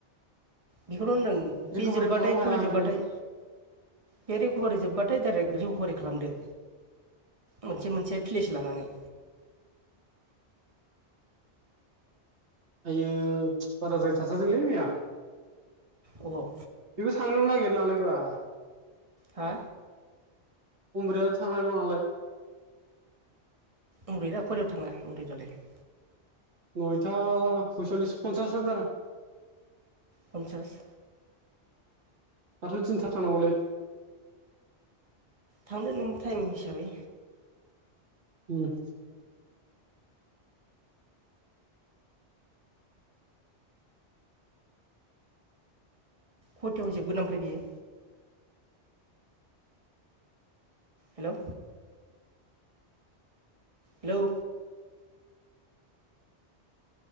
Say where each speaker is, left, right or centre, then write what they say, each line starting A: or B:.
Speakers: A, on the right (about 30°); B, on the right (about 80°).
A: बेखौनो' होनदों
B: रिकभारि
A: बे जोब्बाथाय
B: खालामनो
A: थलि
B: हाया ओंखायनो
A: जोब्बाथाय बे रिकभारि जोबबाथाय डाइरेक्ट रिक'भारि खालामदो। मोनसे मोनसे प्लेस लानानै
B: आय बाराद्राय थाथारदोंलै मैया
A: अबाव
B: बेबो थांनो नागिर नालाय ब्रा
A: हा
B: बमब्रयाल' थांनायल' नालाय <unintelligible>
A: उन्द्रै दा ककरयाव थाङा उन्ददै दालाय <unintelligible>
B: नयथा सयसलिस फनसास हाजार
A: फनसास
B: दाथ' दिन्था थांनांगौलै
A: थांदो नों टाइम हिसाबै
B: उम
A: खथायाव जोबगोन ओमफ्राय बियो हेल' हेलौ